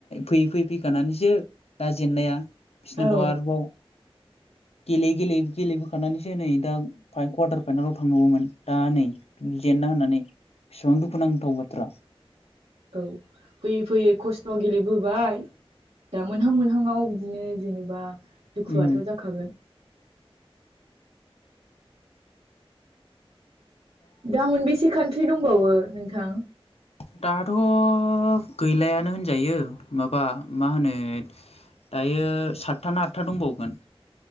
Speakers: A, on the left; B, on the right.
A: फैयै फैयै फैखानानैसो दा जेननाया बिसिनाथ'
B: औ
A: आरोबाव
B: <inaudible>
A: गेलेयै गेलेयै गेलेबोखानानैसो नै दा फा कवारटार फाइनेलाव थांनांगौमोन दा नै जेन ना होननानै बेसेबां दुखुनांथाव बाथ्रा।
B: औ फैयै फैयै खस्थ' गेलेबो बाय दा मोनहां मोनहाङाव बिदिनो जेनेबा दुखुआथ'
A: उम
B: जाखागोन। दा मोनबेसे कान्ट्रि दंबावो नोंथां?
A: दाथ' गैलायानो होनजायो माबा मा होनो दायो सातथा ना आठथा दंबावोमोन